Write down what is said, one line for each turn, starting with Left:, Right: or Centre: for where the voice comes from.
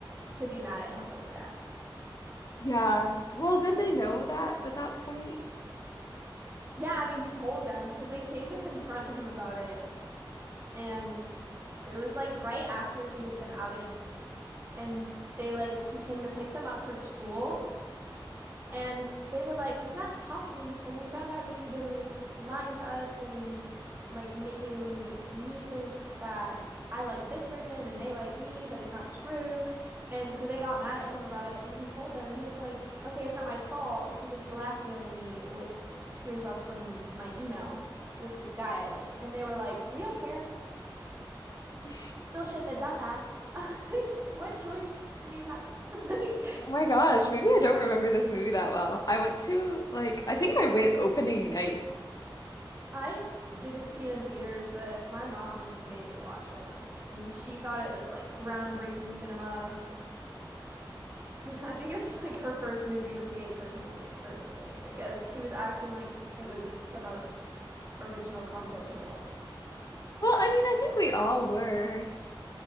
Right: to be mad at him over that.
Left: Yeah. Well, did they know that at that point?
Right: Yeah, I mean, he told them because they came to confront him about it. and it was like right after he had been outed and they like he came to pick them up for school and they were like we got to talking and we found out that you've been lying to us and like making me think that I like this person and they like me but it's not true and so they got mad at him about it and he told them he was like okay it's not my fault he was blackmailing me with screenshots from my email with this guy I like and they were like we don't care
Left: Oh
Right: Still shouldn't have done that. <laughs> I was like, what choice did he have? <laughs> Like,
Left: my gosh, maybe I don't remember this movie that well. I went to like I think I went opening night.
Right: I didn't see it in theaters, but my mom made me watch it once, and she thought it was like groundbreaking cinema. <laughs> I think it was like her first movie with a gay person in it or something because she was acting like it was the most original concept in the world.
Left: Well, I mean, I think we all were.